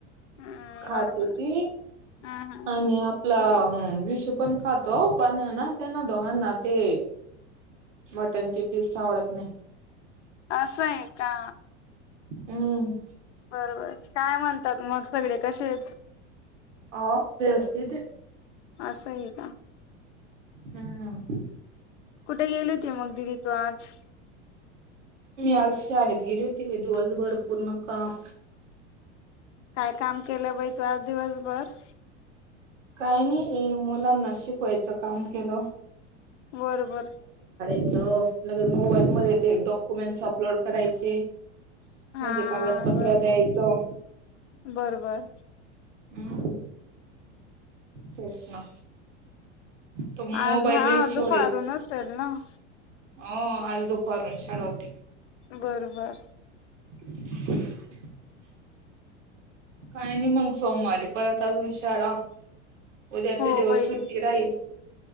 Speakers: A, on the left; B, on the right.
A: हम्म
B: खाते
A: बरोबर
B: ती
A: हम्म हम्म
B: आणिऽ आपला विषु पण खातो,, पण हे ना त्यांना दोघांना ते मटन ची पिस् आवडत नाही.
A: असं आहे का?
B: हम्.
A: बर बर,, काय म्हणतात मग सगळे कसे आहेत?
B: ह, व्यवस्थित ते.
A: असंय का.
B: हम्.
A: कुठे गेली होती, मग दिदी तु आज?
B: मी आज शाळेत गेली होती बाई दिवसभर पूर्ण काम
A: काय काम केलं बाई तू आज दिवसभर?
B: काय नाही,, मुलांना शिकवायचं काम केलं.
A: बर, बर
B: चऽऽमोबाईल मध्ये ते डॉक्युमेंट्स अपलोड करायचे.
A: हा
B: म्हणजे कागदपत्र
A: बर
B: द्यायचं.
A: बरोबर
B: हम्,, तेच ना तो मोबाईल
A: आज हा,,
B: बी सोडला
A: दुपारून चल नाऽ
B: हो आज दुपारून शाळा होती.
A: बर, बर
B: <unintelligible> काही नाही मग सोमवारी परत अजून शाळा. उद्याचे
A: हो
B: दिवस
A: बाई
B: सुट्टी राहील.